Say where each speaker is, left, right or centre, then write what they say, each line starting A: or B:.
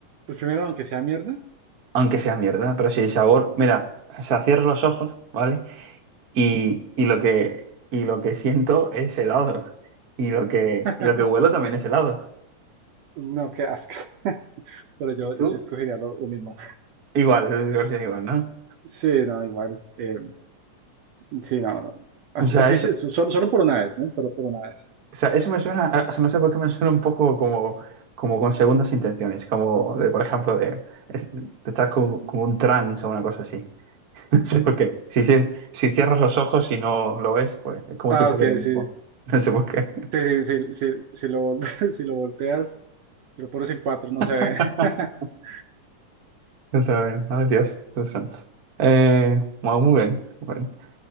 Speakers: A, on the right; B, on the right.
A: El primero, aunque sea mierda,
B: aunque sea mierda, pero si el sabor, mira, o sea, cierro los ojos, ¿vale? Y, y lo que, y lo que siento es helado. Y lo que,
A: <laughs>
B: y lo que huelo también es helado.
A: no, qué asco. Pero yo,
B: ¿Y tú?
A: yo sí escogería lo, lo mismo.
B: Igual, es versión igual, ¿no?
A: Sí, no, igual. eh, sí, no, no. Así,
B: O sea,
A: así
B: eso,
A: sí, so- solo, solo por una vez, ¿no? Solo por una vez.
B: o sea, eso me suena, a- o sea, no sé por qué me suena un poco como, como con segundas intenciones, como de, por ejemplo, de, es- de estar como, como un trance o una cosa así. <laughs> No sé por qué. Si, si, si cierras los ojos y no lo ves, pues es como
A: Ah,
B: si fuese
A: ok,
B: lo mismo.
A: sí.
B: <laughs> No sé por qué.
A: Sí, sí, sí, sí, si lo, vol- <laughs> si lo volteas, si lo pones en cuatro, no se
B: <laughs>
A: ve. <laughs>
B: Yo también. Ay, Dios, Dios santo. Eh, wow, muy bien. muy bien.